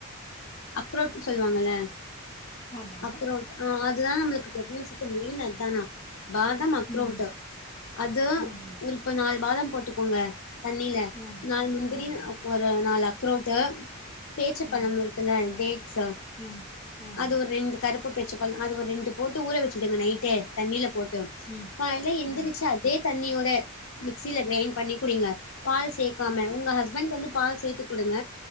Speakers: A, on the left; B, on the left.
A: அக்ரோட் சொல்வாங்கல
B: ஆமா
A: அக்ரோல் ஆ அதுதான் நம்மளுக்கு பிரெக்னன்சிக்கு மெயின் அத்தானா பாதம் அக்ரோண்ட்
B: ம்
A: அது
B: ம்
A: இப்ப நாலு பாதம் போட்டுக்கோங்க தண்ணில
B: ம்
A: நாலு முந்திரி
B: ம் ம்
A: ஒரு நாலு அக்கரோட்டு பேச்சு
B: ம்
A: பழம் இருக்குல டேட்ஸ்
B: ம் ம்
A: அது ஒரெண்டு கருப்பு பேரிச்ச பழம் அது ஒரு ரெண்டு போட்டு ஊற வச்சுடுங்க நைட்டு தண்ணியில போட்டு
B: ம்
A: காலைல எந்திரிச்சி
B: ம்
A: அதே தண்ணியோட மிக்சில க்ரைண் பண்ணி குடிங்க பால் சேக்காம உங்க ஹஸ்பண்ட் வந்து பால் சேத்து குடுங்க